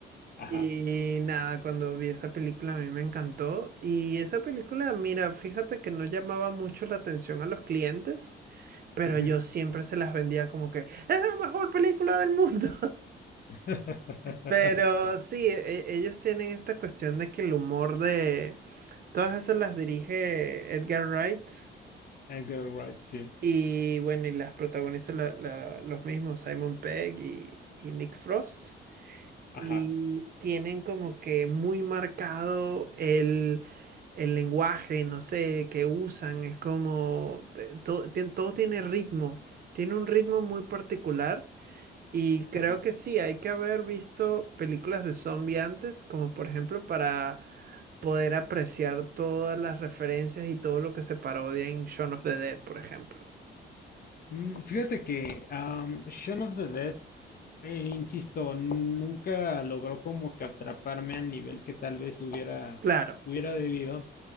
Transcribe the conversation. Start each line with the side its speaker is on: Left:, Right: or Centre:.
Left: ajá.
Right: Y nada, cuando vi esa película a mí me encantó. Y esa película, mira, fíjate que no llamaba mucho la atención a los clientes, pero
Left: ujú.
Right: yo siempre se las vendía como que es la mejor película del mundo.
Left: <laughs>
Right: Pero sí, e- ellos tienen esta cuestión de que el humor de... Todas esas las dirige Edgar Wright
Left: Edgar Wright, sí.
Right: y bueno, y las protagonistas la- la- los mismos, Simon Pegg y, y Nick Frost.
Left: Ajá,
Right: Y tienen como que muy marcado el, el lenguaje, no sé, que usan. Es como... te- Todo, tien- todo tiene ritmo. Tiene un ritmo muy particular. Y creo
Left: ajá.
Right: que sí, hay que haber visto películas de zombie antes, como por ejemplo para poder apreciar todas las referencias y todo lo que se parodia en Shaun of the Dead, por ejemplo.
Left: Mm, fíjate que am, Shaun of the Dead, eh, insisto, nunca logró como que atraparme al nivel que tal vez hubiera,
Right: Claro.
Left: hubiera debido,